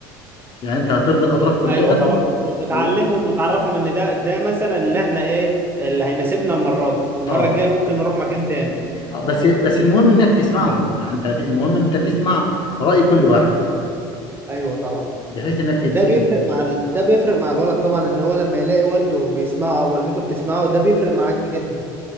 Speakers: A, on the left; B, on the right.
A: يعني انت هترضي الاطراف كلها
B: ايوه طبعا وتعلمهم
A: و...
B: وتعرفهم ان ده ده مثلا اللي احنا ايه اللي هيناسبنا المره دي المره
A: اه
B: الجايه ممكن نروح مكان تاني
A: آه، بس بس المهم انك تسمعهم يعني انت المهم ان انت تسمع رأي كل واحد
B: ايوه طبعا
A: بحيث انك تد...
B: ده بيفرق
A: تد-
B: مع ال... ده بيفرق مع الولد طبعا ان هو لما يلاقي والده بيسمعه او والدته بتسمعه ده بيفرق معاه جدا